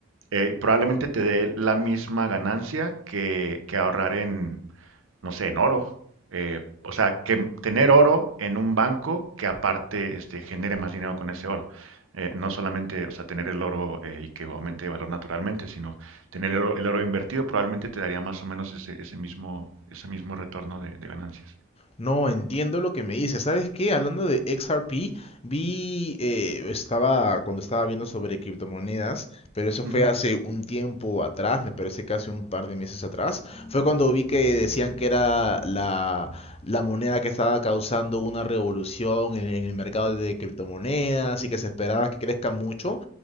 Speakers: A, on the right; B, on the left.
A: Eh, probablemente te dé la misma ganancia que, que ahorrar en, no sé, en oro. Eh, o sea, que tener oro en un banco que aparte este, genere más dinero con ese oro. Eh, no solamente, o sea, tener el oro eh, y que aumente de valor naturalmente, sino tener el oro, el oro invertido probablemente te daría más o menos ese, ese mismo, ese mismo retorno de, de ganancias.
B: No, entiendo lo que me dices. ¿Sabes qué? Hablando de XRP, vi, eh, estaba, cuando estaba viendo sobre criptomonedas, pero eso fue
A: Ujú,
B: hace un tiempo atrás, me parece que hace un par de meses atrás, fue cuando vi que decían que era la, la moneda que estaba causando una revolución en, en el mercado de criptomonedas y que se esperaba que crezca mucho.